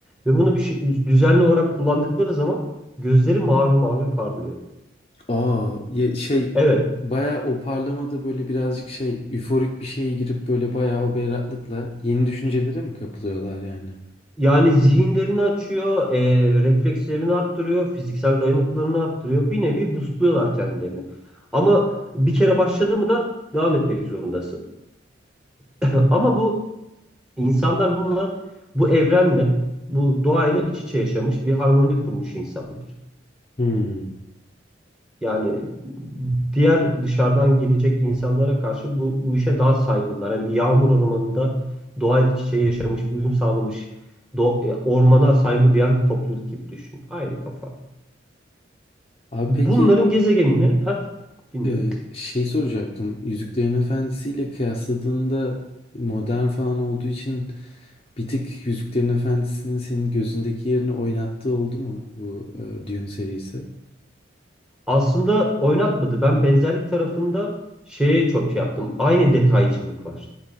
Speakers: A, in the centre; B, on the left.
A: Ve bunu bir şey, düzenli olarak kullandıkları zaman gözleri mavi mavi parlıyor.
B: Aa, ya şey
A: Evet,
B: bayağı o parlamada böyle birazcık şey üforik bir şeye girip böyle bayağı o berraklıkla yeni düşüncelere mi kapılıyorlar yani?
A: yani zihinlerini açıyor, e, reflekslerini arttırıyor, fiziksel dayanıklılığını arttırıyor. Bir nevi boostluyorlar kendilerini. Ama bir kere başladı mı da devam etmek zorundasın. <laughs> Ama bu İnsanlar bununla, bu evrenle, bu doğayla iç içe yaşamış bir harmoni kurmuş insanlar.
B: Hmm.
A: Yani diğer dışarıdan gelecek insanlara karşı bu, bu işe daha saygılılar. Hani bir yağmur ormanında doğayla iç içe yaşamış, bir uyum sağlamış, do- e, ormana saygı duyan bir topluluk gibi düşün. Aynı kafa.
B: Abi
A: Bunların
B: peki
A: gezegenini, ha dinliyorum.
B: Ee, şey soracaktım. Yüzüklerin Efendisi ile kıyasladığında modern falan olduğu için bir tık Yüzüklerin Efendisi'nin senin gözündeki yerini oynattığı oldu mu bu e, Dune serisi?
A: Aslında oynatmadı. Ben benzerlik tarafında şeye çok şey yaptım. Aynı detaycılık var.